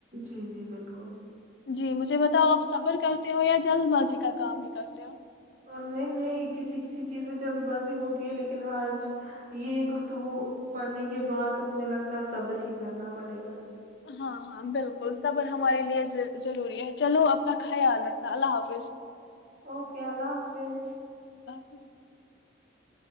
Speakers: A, on the right; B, on the left.
A: جی جی بالکل
B: جی مجھے بتاؤ آپ صبر کرتے ہو یا جلد بازی کا کام بھی کرتے ہو
A: اور نہیں نہیں کسی کسی چیز میں جلد بازی ہوتی ہے لیکن آج یہ گفتگو پڑھنے کے بعد تو مجھے لگتا ہے اب صبر ہی کرنا پڑے گا
B: ہاں ہاں بالکل صبر ہمارے لیے ضروری ہے چلو اپنا خیال رکھنا اللہ حافظ
A: اوکے اللہ حافظ
B: اسس <unintelligible>